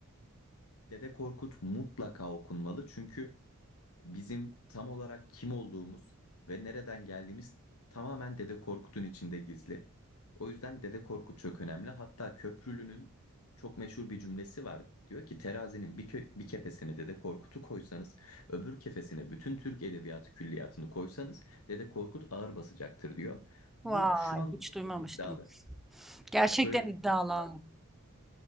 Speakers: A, on the left (about 85°); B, in the centre.
A: Dede Korkut mutlaka okunmalı çünkü Bizim tam olarak kim olduğumuz ve nereden geldiğimiz tamamen Dede Korkut'un içinde gizli. O yüzden Dede Korkut çok önemli. Hatta Köprülü'nün çok meşhur bir cümlesi var. Diyor ki terazinin bir, kö- bir kefesine Dede Korkut'u koysanız, öbür kefesine bütün Türk edebiyatı külliyatını koysanız Dede Korkut ağır basacaktır diyor.
B: Vay,
A: Bu şu anlamda
B: hiç duymamıştım.
A: çok iddialı.
B: Gerçekten
A: Evet böyle
B: iddialı
A: bir cümlesi
B: ama.
A: var.